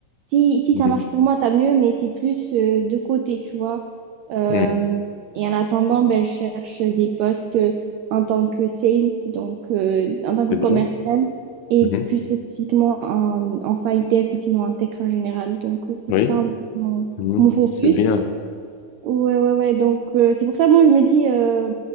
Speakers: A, on the right; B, on the left.
A: si, si
B: mhm,
A: ça marche pour moi, tant mieux, mais c'est plus euh, de côté, tu vois. Euh,
B: mhm.
A: et en attendant, ben, je cherche des postes euh, en tant que sales, donc euh, en tant que
B: C'est
A: commercial,
B: bien.
A: et
B: Mhm,
A: plus spécifiquement en, en file tech ou sinon en tech en général. Donc euh, c'est
B: Oui,
A: ça un peu mon,
B: mhm,
A: mon focus.
B: C'est bien.
A: Ouais, ouais, ouais. Donc, euh, c'est pour ça, bon, je me dis, euh,